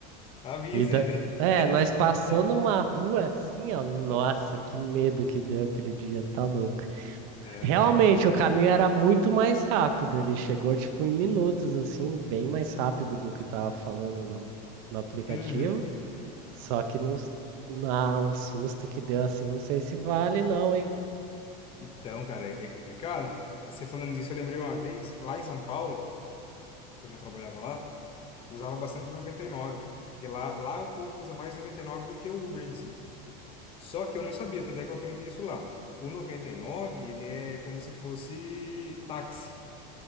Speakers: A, on the left (about 25°); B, on the right (about 55°).
A: Avisa
B: E da...
A: ainda.
B: É,
A: <laughs>
B: nós passou numa rua assim, ó. Nossa, que medo que deu aquele dia, tá louco.
A: Não,
B: Realmente,
A: cara, não dá.
B: o caminho era muito mais rápido. Ele chegou, tipo, em minutos, assim, bem mais rápido do que tava falando no, no aplicativo.
A: Uhum.
B: Só que não, na, o susto que deu, assim, não sei se vale, não, hein?
A: Então, cara, é complicado. Você falando disso, eu lembrei uma vez, lá em São Paulo, quando eu trabalhava lá, usava bastante o noventa e nove, Porque lá, lá o povo usa mais o nove do que o Uber em si. Só que eu não sabia, tanto é que eu aprendi isso lá. O 99, ele é como se fosse táxi.